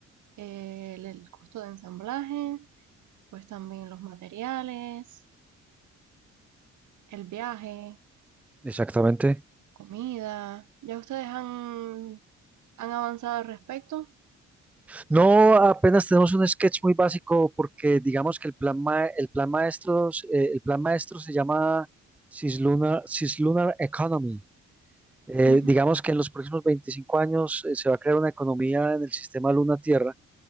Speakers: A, on the right (about 75°); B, in the centre.
A: eh, el, el costo de ensamblaje, pues también los materiales, el viaje,
B: exactamente.
A: comida. ¿Ya ustedes han, han avanzado al respecto?
B: No, apenas tenemos un sketch muy básico porque digamos que el plan, ma- el plan maestro, el plan maestro se llama Cislunar, Cislunar Economy. Eh,
A: Ujú.
B: digamos que en los próximos 25 años eh, se va a crear una economía en el sistema Luna-Tierra